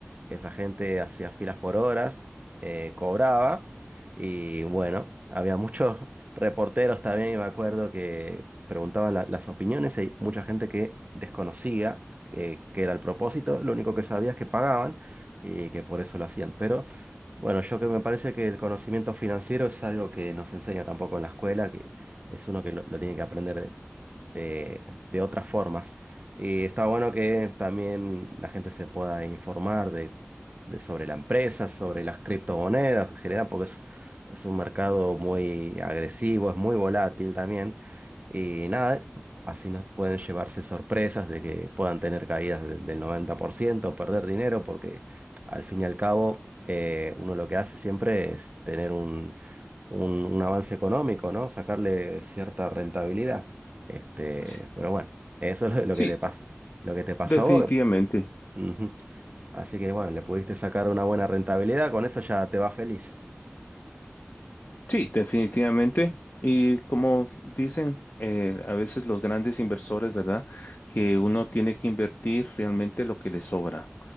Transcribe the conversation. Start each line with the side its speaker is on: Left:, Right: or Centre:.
Right: esa gente hacía filas por horas, eh, cobraba y bueno, había muchos <laughs> reporteros también, y me acuerdo, que preguntaban la- las opiniones y hay mucha gente que desconocía eh, qué era el propósito, lo único que sabía es que pagaban y que por eso lo hacían. Pero bueno, yo que me parece que el conocimiento financiero es algo que nos enseña tampoco en la escuela, que es uno que lo, lo tiene que aprender de, de otras formas. Y está bueno que también la gente se pueda informar de, de sobre la empresa, sobre las criptomonedas en general, porque es, es un mercado muy agresivo, es muy volátil también. Y nada, así nos pueden llevarse sorpresas de que puedan tener caídas de- del 90%, perder dinero, porque al fin y al cabo eh, uno lo que hace siempre es tener un, un un avance económico, ¿no? Sacarle cierta rentabilidad. Este,
Left: Sí,
Right: pero bueno, eso es lo lo
Left: sí,
Right: que te pasa, lo que te pasó
Left: definitivamente.
Right: a vos. Ujú. Así que bueno, le pudiste sacar una buena rentabilidad, con eso ya te va feliz.
Left: Sí, definitivamente. Y como dicen eh, a veces los grandes inversores, ¿verdad? Que uno tiene que invertir realmente lo que le sobra.